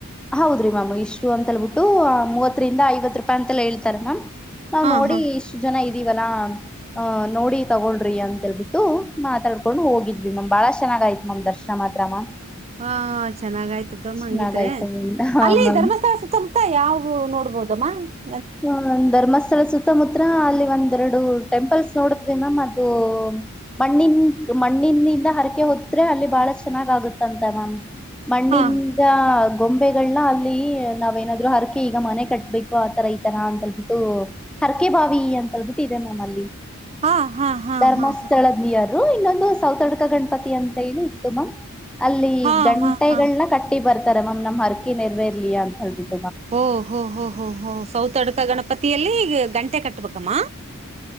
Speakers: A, in the centre; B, on the right (about 30°).
A: ಹೌದ್ರಿ ಮ್ಯಾಮ್ ಇಷ್ಟು ಅಂತ ಹೇಳಳ್ಬಿಟ್ಟು ಮೂವ.. <unintelligible> ಹತ್ತರಿಂದ ಐವ ರೂಪಾಯಿ ಅ ಎ ಹೇಳ್ತಾರೆ ಮ್ಯಾಮ್.. <unintelligible> ನಾವ್
B: ಹಾ
A: ನೋಡಿ
B: ಹಾ
A: ಇಷ್ಟು ಜನ ಇದ.. <inaudible> ಇವಲ್ಲಾ ಅಹ ನೋಡಿ ತಗೊಳ್ರಿ ಅಂತೇಳ್ಬಿಟ್ಟು ಮಾತಾಡ್ಕೊಂಡು ಹೋಗಿದ್ವಿ ಮಮ್ ಬಾಳ ಚೆನ್ನಾಗ ಆಯತ್ ಮಮ್ ದರ್ಶನ ಮಾತ್ರಮ್ಮ.. <unintelligible>
B: ಹಾ.. <inaudible> ಚೆನ್ನಾಗಯ್ತು ಬಿಡಮ್ಮ
A: ಚೆನ್ನಾಗಾಯ್ತು
B: ಹಂಗಿದ್ರೆ
A: ಮ್ಯಾಮ್ ಹಾ
B: ಅಲ್ಲಿ
A: ಮ್ಯಾಮ್
B: ಧರ್ಮಸ್ಥಳ ಸುತ್ತಮುತ್ತ ಯಾವು ನೋಡ್ಬೋದಮ್ಮ.. <unintelligible>
A: ಹ ಧರ್ಮಸ್ಥಳ ಸುತ್ತಮತ್ರ ಅಲ್ಲಿ.. <inaudible> ಒಂದೆರಡು ಟೆಂಪಲ್ಸ್ ನೋಡುತ್ತವಿ ಮ್ಯಾಮ್ ಅದು ಮಣ್ಣಿನ್ ಮಣ್ಣಿಂದಿಂದ ಹರ.. <inaudible> ಹೊತ್ರೇ ಅಲ್ಲಿ ಬಾಳ ಚೆನ್ನಾಗ ಆಗುತ್ತಂತ ಮ್ಯಾಮ್.. <unintelligible> ಮಣ್ಣಿಂದ
B: ಹಾ
A: ಗೊಂಬೆಗಳನ್ನ ಅಲ್ಲಿ ನಾವೇನಾದ್ರು ಹರಕಿ ಈಗ ಮನೆ ಕಟ್ಬೇಕು ಆತರ ಇ.. <unintelligible> ತರಾ ಅಂತ ಅಂದುಬಿಟ್ಟು ಹರ್ಕೆ ಬಾವಿ.. <inaudible> ಅಂತಳ್ಬಿಟ್ಟದೆ ಮ್ಯಾಮ್ ಅಲ್ಲಿ
B: ಹಾ ಹಾ ಹಾ
A: ಧರ್ಮಸ್ಥಳದ್
B: ಹಾ
A: ನೀ... <inaudible> ಇನ್ನೊಂದು ಸೌತಡ್ಕ ಗಣಪತಿ ಅಂತ ಹೇಳಿ ಇತ್ತುಮ್ಮ ಅಲ್ಲಿ
B: ಹಾ
A: ಗಂಟೆಗಳನ್ನ
B: ಹಾ ಹಾ ಹಾ
A: ಕಟ್ಟಿ ಬರ್.. <inaudible> ತೆರೆ ಮ್ಯಾಮ್ ಹರಕೆ ನೆವೇರ್ಲಿ ಅಂತೇಳ್ಬಿಟ್ಟು.. <inaudible>
B: ಹೂ ಹೂ ಹೂ ಹೂ ಹೂ ಸೌತ್ಡಕ ಗಣಪತಿಯಲ್ಲಿ ಇ ಗಂಟೆ ಕಟ್ಬೇಕಮ್ಮ